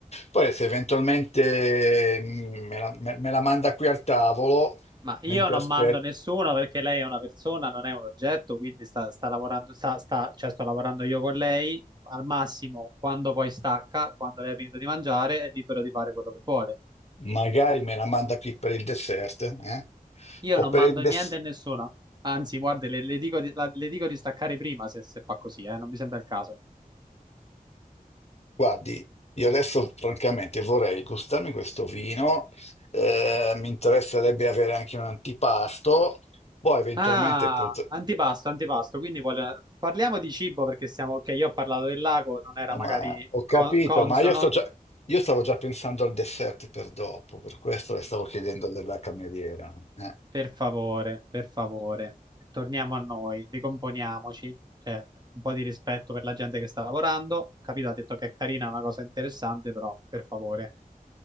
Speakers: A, on the left; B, on the right.
A: Poi se eventualmente mm, me la, me- me la manda qui al tavolo,
B: Ma io
A: mentre
B: non
A: aspetto,
B: mando nessuno perché lei è una persona, non è un oggetto, quindi sta, sta lavorando, sta, sta- cioè sto lavorando io con lei. Al massimo, quando poi stacca, quando lei ha finito di mangiare, è libero di fare quello che vuole.
A: magari me la manda qui per il dessert, eh?
B: Io
A: O
B: non
A: per
B: mando
A: il dessert.
B: niente a nessuno. Anzi, guarda, le, le dico di, la- le dico di staccare prima se, se fa così, eh, non mi sembra il caso.
A: Guardi, io adesso francamente vorrei gustarmi questo vino, eh, mi interesserebbe avere anche un antipasto, poi eventualmente
B: Ah,
A: potrei...
B: antipasto, antipasto. Quindi voglio- parliamo di cibo perché siamo, ok, io ho parlato del lago, non era
A: No,
B: magari
A: ma ho capito,
B: co- consono.
A: ma io, sto già, io stavo già pensando al dessert per dopo, per questo le stavo chiedendo della cameriera. eh.
B: Per favore, per favore, torniamo a noi, ricomponiamoci, cioè un po' di rispetto per la gente che sta lavorando. Ho capito, ha detto che è carina, è una cosa interessante, però per favore.